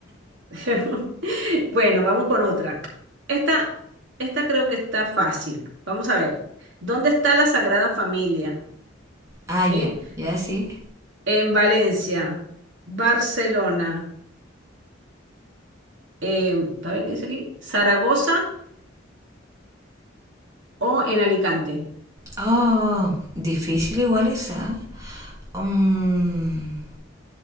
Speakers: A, on the right; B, on the right.
A: <laughs> Bueno, vamos con otra. Esta, esta creo que está fácil. Vamos a ver. ¿Dónde está la Sagrada Familia?
B: Ah,
A: ¿Sí?
B: ya, ya sí.
A: En Valencia, Barcelona, em, a ver qué dice aquí, Zaragoza o en Alicante.
B: Oh, difícil igual esa. Um,